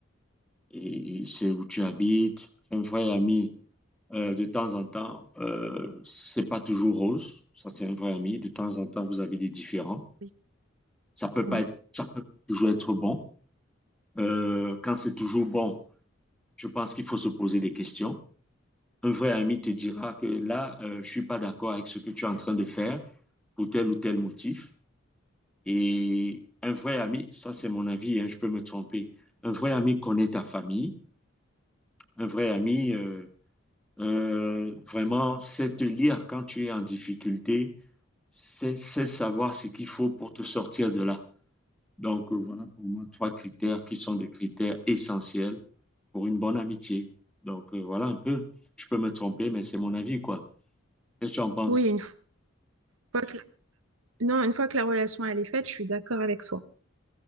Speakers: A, in the centre; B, on the right (about 80°).
A: Et, et c'est où tu habites. Un vrai ami, euh, de temps en temps, euh, c'est pas toujours rose. Ça, c'est un vrai ami. De temps en temps, vous avez des différends.
B: Oui,
A: Ça peut
B: oui.
A: pas être, ça peut toujours être bon. Euh, quand c'est toujours bon, je pense qu'il faut se poser des questions. un vrai ami te dira que là, euh, je ne suis pas d'accord avec ce que tu es en train de faire pour tel ou tel motif. Et un vrai ami, ça c'est mon avis, hein, je peux me tromper, un vrai ami connaît ta famille, un vrai ami euh, euh, vraiment sait te lire quand tu es en difficulté, sait, sait savoir ce qu'il faut pour te sortir de là. Donc euh, voilà pour moi trois critères qui sont des critères essentiels pour une bonne amitié. Donc euh, voilà un peu, je peux me tromper, mais c'est mon avis, quoi. Qu'est-ce que tu en penses?
B: Oui, une fois que, non, une fois que la relation elle est faite, je suis d'accord avec toi.